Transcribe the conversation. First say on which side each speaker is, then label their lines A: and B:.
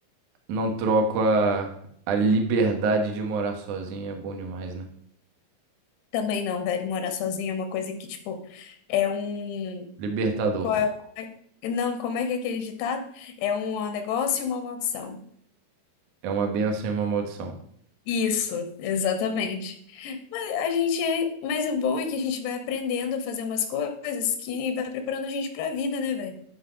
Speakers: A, on the right; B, on the left.
A: não troco a, a liberdade de morar sozinho, é bom demais, né?
B: Também não, velho, morar sozinha é uma coisa que, tipo, é um.
A: Libertador.
B: Qual é... como é- Não, como é que é aquele ditado? É um negócio e uma maldição.
A: É uma benção e uma maldição.
B: Isso, exatamente. Mas a gente é, mas o bom é que a gente vai aprendendo a fazer umas coisas que vai preparando a gente pra vida, né, velho?